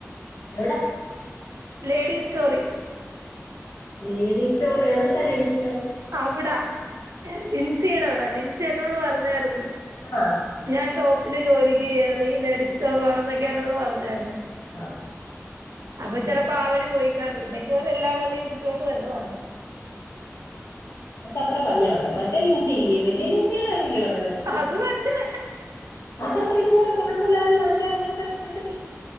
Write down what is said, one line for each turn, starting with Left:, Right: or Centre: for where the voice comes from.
Left: എവിടാ
Right: ലേഡീസ് സ്റ്റോറി
Left: ലേഡി സ്റ്റോർ എവിടത്താ ലേഡീ സ്റ്റോർ
Right: അവിടാ ലിൻസിയുടെ അവിടാ ലിൻസി എന്നോട് പറഞ്ഞരുന്നു
Left: ആഹ്
Right: ഞാൻ ഷോപ്പില് ജോലിക്ക് കയറി ലേഡീസ് സ്റ്റോറിലാണെന്നൊക്കെ എന്നോട് പറഞ്ഞായിരുന്നു
Left: ആഹ്
Right: അപ്പൊ ചിലപ്പോ ആ വഴി പോയിക്കാണും ഇല്ലെങ്കി അവരെല്ലാ വെള്ളിയും പിടിച്ചോണ്ട് വരണതാണ്
Left: അത്ര പഞ്ഞവയോ മറ്റേ ലിൻസി ഇല്ലയോ വലിയ ലിൻസിടെ കാര്യം അല്ലിയോ
Right: അത് തന്നെ
Left: അത ചെയ്തു കൊഴപ്പില്ലരും മറ്റങ്ങ <unintelligible>